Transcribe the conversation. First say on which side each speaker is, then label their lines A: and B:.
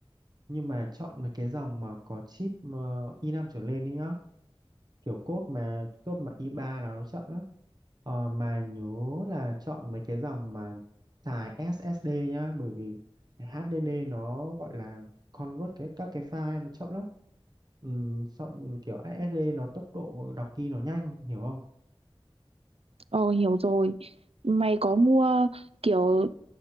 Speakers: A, on the right; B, on the right.
A: nhưng mà chọn mấy cái dòng mà có chip ờ, i năm trở lên đấy nhá kiểu code mà code mà i3 là nó chậm lắm ờ, mà nhớ là chọn mấy cái dòng mà xài SSD nhá bởi vì cái HDD nó gọi là convert cái các cái file nó chậm lắm Ừm, chọn kiểu SSD nó tốc độ đọc ghi nó nhanh hiểu không
B: Ờ hiểu rồi. Mày có mua kiểu